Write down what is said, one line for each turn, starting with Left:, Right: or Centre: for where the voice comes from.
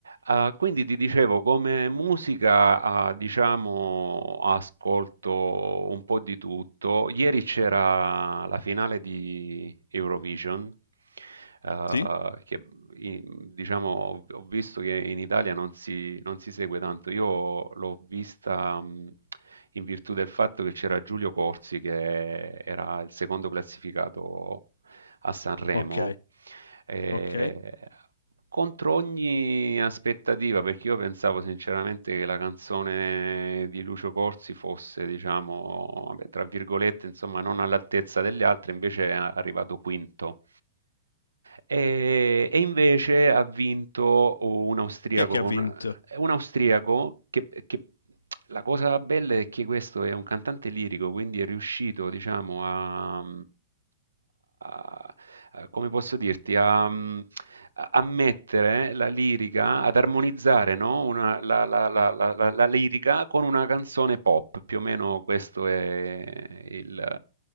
Right: Ah, quindi ti dicevo, come musica, ah, diciamo, ascolto un po' di tutto. Ieri c'era la finale di Eurovision, ah,
Left: Sì?
Right: che in- diciamo, ho ho visto che in Italia non si, non si segue tanto. Io l'ho vista, mh, in virtù del fatto che c'era Giulio Corsi, che era il secondo classificato a Sanremo
Left: Ok,
Right: eh,
Left: ok.
Right: contro ogni aspettativa, perché io pensavo sinceramente che la canzone di Lucio Corsi fosse, diciamo, vabbè, tra virgolette, insomma, non all'altezza delle altre, invece è arrivato quinto. E, e invece ha vinto un austriaco
Left: Chi è che
Right: con
Left: ha vinto?
Right: è un austriaco che, che- la cosa bella è che questo è un cantante lirico, quindi è riuscito, diciamo, a, a- a- come posso dirti, a, a mettere la lirica, ad armonizzare, no? Una- la, la- la- la- la- la lirica con una canzone pop, più o meno questo è il,